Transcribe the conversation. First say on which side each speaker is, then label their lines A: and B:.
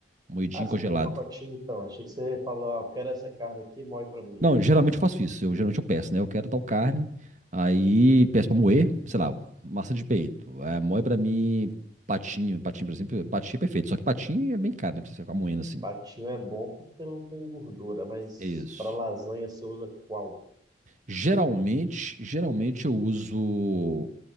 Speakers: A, on the right; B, on the right.
A: Moidinho
B: Ah, você
A: congelado.
B: pegou o pacotinho então. Achei que você falou, ah, eu quero essa carne aqui, moe pra mim.
A: Não, geralmente eu faço isso. Eu geralmente eu peço, né? Eu quero tal carne, aí peço pra moer, sei lá, massa de peito. É, moe pra mim patinho, patinho, por exemplo, patinho é perfeito, só que patinho é bem caro, né? Pra você ficar moendo assim.
B: Patinho é bom porque não tem gordura, mas
A: Isso.
B: pra lasanha você usa qual?
A: Geralmente, geralmente eu uso